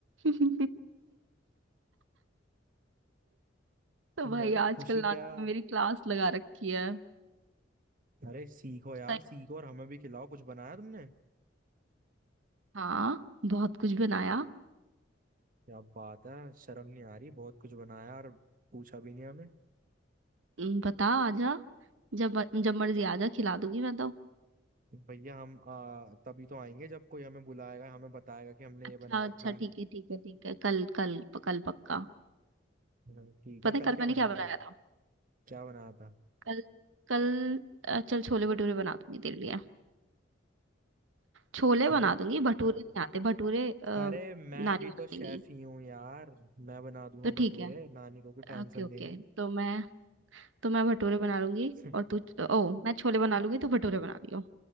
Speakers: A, on the right; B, on the right.
A: <laughs>
B: <laughs>
A: तो भाई
B: भाई
A: आजकल
B: खुशी
A: नानी
B: क्या
A: ने मेरी क्लास लगा रखी है
B: अरे सीखो यार
A: सही-
B: सीखो और हमें भी खिलाओ कुछ बनाया तुमने
A: हाँ बहुत कुछ बनाया
B: क्या बात है शर्म नहीं आ रही बहुत कुछ बनाया और पूछा भी नहीं हमें
A: हम्म, बता आजा जब जब मर्जी आजा खिला दूंगी मैं तो
B: भैया हम आ, तभी तो आएंगे जब कोई हमें बुलाएगा हमें बताएगा कि हमने
A: अच्छा
B: ये बना
A: अच्छा
B: रखा है
A: ठीक है ठीक है ठीक है कल कल कल पक्का
B: हाँ, ठीक
A: पता
B: है कल
A: है कल
B: क्या
A: मैंने
B: बनेगा
A: क्या बनाया था
B: क्या बनाया था
A: कल कल अ, चल छोले भटूरे बना दूंगी तेरे लिए छोले
B: अरे
A: बना दूंगी भटूरे नहीं आते भटूरे अ,
B: अरे मैं
A: नानी
B: भी
A: बना
B: तो शेफ
A: देंगी
B: ही हूँ यार मैं बना दूंगा
A: तो ठीक
B: भटूरे
A: है
B: नानी को कोई टेंशन
A: ओके ओके
B: देनी
A: तो मैं तो मैं भटूरे बना लूंगी
B: <laughs>
A: और तू ओ मैं छोले बना लूंगी तू भटूरे बना लियो